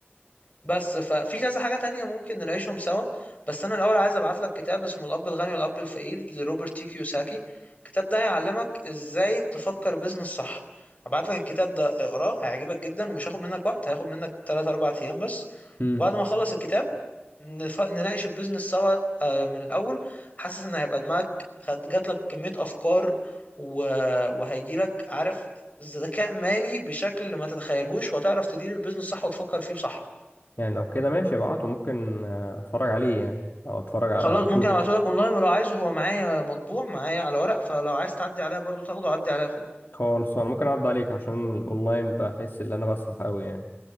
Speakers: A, on the left (about 35°); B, on the left (about 55°).
A: بس ففي كذا حاجة تانية ممكن نعيشهم سوا بس أنا الأول عايز أبعت لك كتاب اسمه الأب الغني والأب الفقير لروبرت تي كيوساكي الكتاب ده هيعلمك إزاي تفكر بيزنس صح هبعت لك الكتاب ده اقراه هيعجبك جدا ومش هياخد منك وقت هياخد منك 3 4 أيام بس
B: امم
A: وبعد ما أخلص الكتاب نف... نناقش البيزنس سوا آه، من الأول حاسس إن هيبقى دماغك خد... جات لك كمية أفكار و... وهيجي لك عارف ذكاء مالي بشكل ما تتخيلهوش وهتعرف تدير البيزنس صح وتفكر فيه بصح
B: يعني لو كده ماشي ابعته ممكن آه، اتفرج عليه يعني او اتفرج ع-
A: خلاص
B: اشوفه
A: ممكن ابعته لك اونلاين ولو عايزه هو معايا مطبوع معايا على ورق فلو عايز تعدي عليا برضو تاخده عدي عليا خده
B: خالص انا ممكن اعد عليك عشان الاونلاين بحس ان انا بسرح قوي يعني